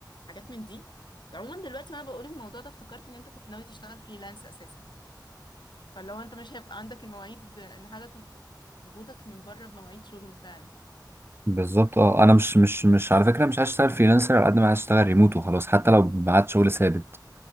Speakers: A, on the left; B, on the right.
A: حاجات من دي عموما دلوقتي وانا بقول الموضوع ده افتكرت ان انت كنت ناوي تشتغل فريلانس اساسا فلو انت مش هيبقى عندك المواعيد ان حاجة تن- تربطك من بره بمواعيد شغل فعلا
B: بالظبط اه انا مش مش مش على فكره مش عايز اشتغل فريلانسر على قد ما عايز اشتغل ريموت وخلاص حتى لو بعد شغل ثابت